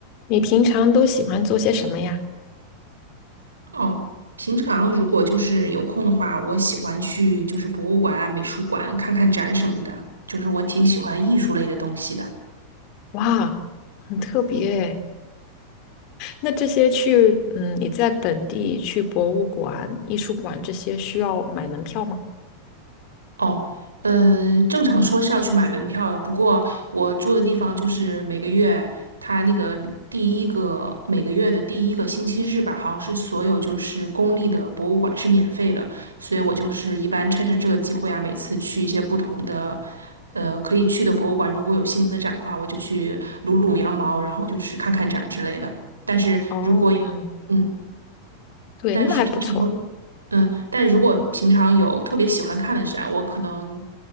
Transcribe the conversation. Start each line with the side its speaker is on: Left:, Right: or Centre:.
Left: 你平常都喜欢做些什么呀？
Right: 哦，平常如果就是有空的话，我喜欢去就是博物馆啊、美术馆看看展什么的，就是我挺喜欢艺术类的东西的。
Left: 哇，很特别诶。那这些去，嗯，你在本地去博物馆、艺术馆这些需要买门票吗？
Right: 哦，呃，正常说是要去买门票的，不过我住的地方就是每个月，它那个第一个每个月的第一个星期日吧，好像是所有就是公立的博物馆是免费的，所以我就是一般趁着这个机会啊，每次去一些不同的，呃，可以去的博物馆，如果有新的展的话，我就去撸撸羊毛，然后就是看看展之类的。但是如果有，
Left: 哦，嗯，
Right: 嗯。
Left: 对，
Right: 但是平常，
Left: 那还不错。
Right: 嗯，但如果平常有特别喜欢看的展，我可能，